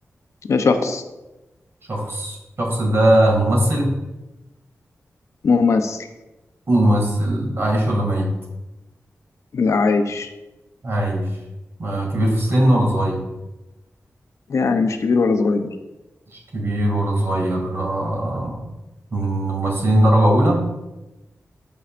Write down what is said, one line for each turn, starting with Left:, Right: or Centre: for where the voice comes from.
Left: يا شخص
Right: شخص الشخص ده ممثل
Left: ممثل
Right: ممثل عايش ولا ميت
Left: لا عايش
Right: عايش ما كبير في السن ولا صغير
Left: يعني مش كبير ولا صغير
Right: كبير ولا صغير آه، من ممثلين درجة أولى